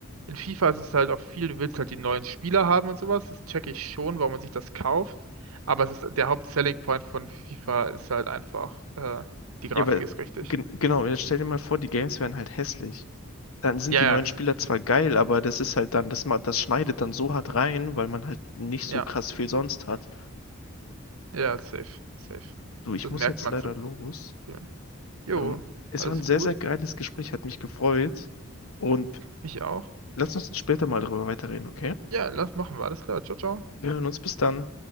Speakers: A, on the right (about 80°); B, on the left (about 80°).
A: In FIFA ist es halt auch viel, du willst halt die neuen Spieler haben und sowas, das checke ich schon, warum man sich das kauft. Aber es ist der Haupt-Selling Point von FIFA ist halt einfach, äh, die Grafik
B: Ja, aber
A: ist richtig.
B: gen genau, jetzt stell dir mal vor, die Games wären halt hässlich. Dann sind
A: Ja,
B: die
A: ja,
B: neuen
A: s-
B: Spieler zwar geil, aber das ist halt dann, das, ma- das schneidet dann so hart rein, weil man halt nicht so
A: ja,
B: krass viel sonst hat.
A: ja, safe, safe.
B: Du, ich
A: Das
B: muss
A: merkt
B: jetzt
A: man
B: leider
A: so.
B: los.
A: Ja. Jo,
B: Ähm, es
A: alles
B: war ein sehr,
A: gut.
B: sehr geiles Gespräch, hat mich gefreut. Und
A: Mich auch.
B: lass uns später mal darüber weiterreden, okay?
A: Ja, lass machen wir. Alles klar. Ciao, ciao.
B: Wir hören uns bis dann.